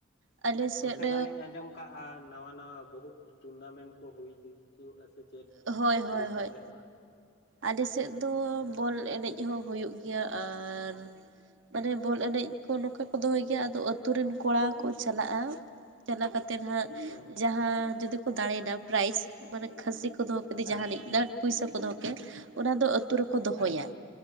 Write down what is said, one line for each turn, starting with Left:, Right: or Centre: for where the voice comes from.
Right: ᱟᱞᱮ ᱥᱮᱫ
Left: ᱚᱱᱛᱮ ᱢᱟᱞᱤᱧ ᱟᱸᱡᱚᱢ ᱠᱟᱜᱼᱟ ᱱᱟᱣᱟ ᱱᱟᱣᱟ ᱵᱚᱦᱩᱛ ᱴᱩᱨᱱᱟᱢᱮᱱᱴ ᱠᱚ ᱦᱩᱭ ᱫᱤᱡᱩᱜᱼᱟ ᱥᱮ ᱪᱮᱫ?
Right: ᱦᱳᱭ ᱦᱳᱭ
Left: ᱩᱲᱤᱥᱥᱟ
Right: ᱦᱳᱭ᱾
Left: ᱥᱮᱫ ᱢᱟ
Right: ᱟᱞᱮ ᱥᱮᱫ ᱫᱚ ᱵᱚᱞ ᱮᱱᱮᱡ ᱦᱚᱸ ᱦᱩᱭᱩᱜ ᱜᱮᱭᱟ ᱟᱨ ᱢᱟᱱᱮ ᱵᱚᱞ ᱮᱱᱮᱡ ᱠᱚ ᱱᱚᱠᱟ ᱠᱚ ᱫᱚᱦᱚᱭ ᱜᱮᱭᱟ ᱟᱫᱚ ᱟᱹᱛᱩ ᱨᱮᱱ ᱠᱚᱲᱟ ᱠᱚ ᱪᱟᱞᱟᱜᱼᱟ᱾ ᱪᱟᱞᱟ ᱠᱟᱛᱮᱫ ᱦᱟᱸᱜ
Left: ᱦᱟᱸ᱾
Right: ᱡᱟᱦᱟᱸ ᱡᱩᱫᱤ ᱠᱚ ᱫᱟᱲᱮᱭᱱᱟ ᱯᱨᱟᱭᱤᱡ ᱢᱟᱱᱮ ᱠᱷᱟᱹᱥᱤ ᱠᱚ ᱫᱚᱦᱚ ᱠᱮᱫᱮ
Left: ᱦᱮᱸ
Right: ᱡᱟᱦᱟᱱᱤᱡ ᱱᱟ ᱯᱩᱭᱥᱟ ᱠᱚ ᱫᱚᱦᱚ ᱠᱮᱫᱟ ᱠᱮ ᱚᱱᱟ ᱫᱚ ᱟᱹᱛᱩ ᱨᱮᱠᱚ ᱫᱚᱦᱚᱭᱟ,
Left: ᱦᱮᱸ